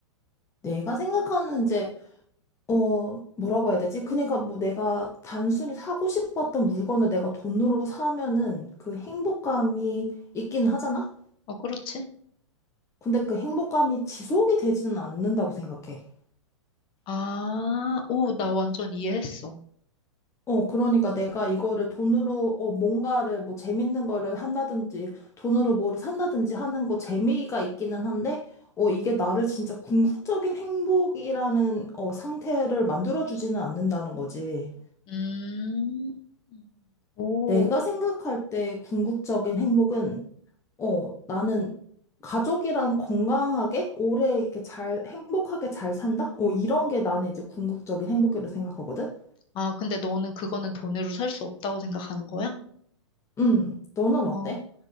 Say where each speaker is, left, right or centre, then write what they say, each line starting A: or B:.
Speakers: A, on the left; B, on the left.
A: 내가 생각하는 이제, 어, 뭐라고 해야 되지? 그러니까 뭐 내가 단순히 사고 싶었던 물건을 내가 돈으로 사면은 그 행복감이 있긴 하잖아?
B: 어, 그렇지?
A: 근데 그 행복감이 지속이 되지는 않는다고 생각해.
B: 아, 오, 나 완전 이해했어.
A: 어, 그러니까 내가 이거를 돈으로, 어, 뭔가를 뭐 재밌는 거를 한다든지, 돈으로 뭐를 산다든지 하는 거 재미가 있기는 한데, 어, 이게 나를 진짜 궁극적인 행복이라는, 어, 상태를 만들어주지는 않는다는 거지.
B: 음, 오.
A: 내가 생각할 때 궁극적인 행복은, 어, 나는 가족이랑 건강하게, 오래 이렇게 잘, 행복하게 잘 산다? 어, 이런 게 나는 이제 궁극적인 행복이라고 생각하거든?
B: 아, 근데 너는 그거는 돈으로 살 수 없다고 생각하는 거야?
A: 음, 너는
B: 어.
A: 어때?